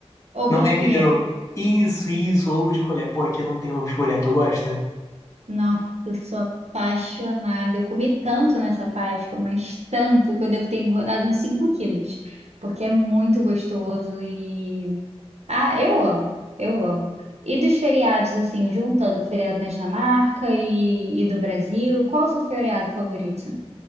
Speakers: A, on the right; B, on the left.
A: Ovo
B: Não
A: de
B: é
A: colher.
B: Kinder Ovo. Isso, isso, ovo de colher. Pô, aqui não tem ovo de colher, tu gosta?
A: Nossa, eu sou apaixonada. Eu comi tanto nessa Páscoa, mas tanto que eu devo ter engordado uns 5 quilos. Porque é muito gostoso e. Ah, eu amo. Eu amo. E dos feriados, assim, juntando o feriado na Dinamarca e, e do Brasil, qual o seu feriado favorito?